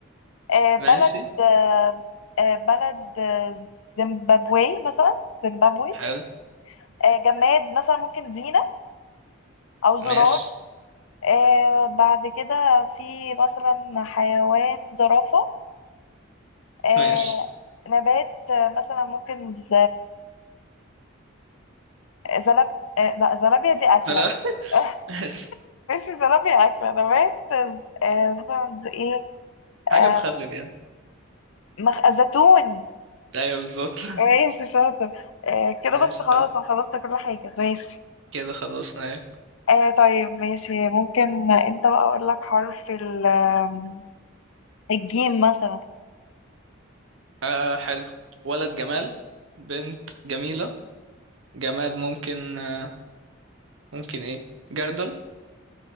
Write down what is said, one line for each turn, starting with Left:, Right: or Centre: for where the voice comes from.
Left: آه
Right: ماشي
Left: بلد آه آه، بلد آه، زيمبابوي مثلا زيمبابوي
Right: حلو
Left: آه جماد مثلا ممكن زينة او زرار
Right: ماشي
Left: آه بعد كده في مثلا حيوان زرافة آه
Right: ماشي
Left: نبات آه، مثلا ممكن ز- زلب آه لا زلابيا دي أكلة
Right: لا لا
Left: <laughs>
Right: <laughs> ماشي
Left: مش زلابيا أكلة نبات ز- آه، مثلا زي إيه
Right: حاجة
Left: آه
Right: مخلل يعني
Left: مخ... زيتون
Right: ايوه بالظبط <laughs>
Left: ماشي شاطر آه كده
Right: ماشي
Left: بس خلاص
Right: حلو
Left: أنا خلصت كل حاجة ماشي
Right: كده خلصنا
Left: آه طيب ماشي ممكن أنت بقى أقول لك حرف ال- آم، الجيم مثلا
Right: آه حلو ولد جمال بنت جميلة جماد ممكن آه ممكن ايه جردل